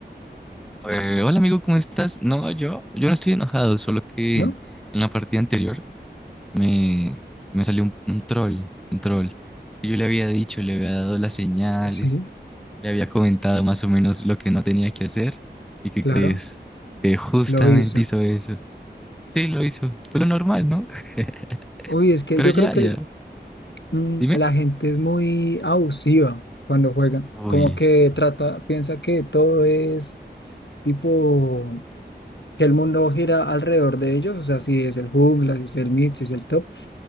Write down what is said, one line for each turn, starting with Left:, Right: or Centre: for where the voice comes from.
Centre: Eh, hola amigo, ¿cómo estás? No, yo, yo no estoy enojado, solo que
Left: ¿no?
Centre: en la partida anterior me, me salió un, un troll, un troll. Es que yo le había dicho, le había dado las señales,
Left: Sí,
Centre: le había comentado más o menos lo que no tenía que hacer. ¿Y qué
Left: claro,
Centre: crees? Que justamente
Left: lo hizo.
Centre: hizo eso. Sí, lo hizo, pero normal, ¿no? <laughs>
Left: Uy, es que
Centre: Pero
Left: yo
Centre: ya,
Left: creo que
Centre: ya,
Left: mm,
Centre: dime.
Left: la gente es muy abusiva cuando juega,
Centre: Uy,
Left: como que trata, piensa que todo es tipo que el mundo gira alrededor de ellos, o sea, si es el jungla, si es el mid, si es el top,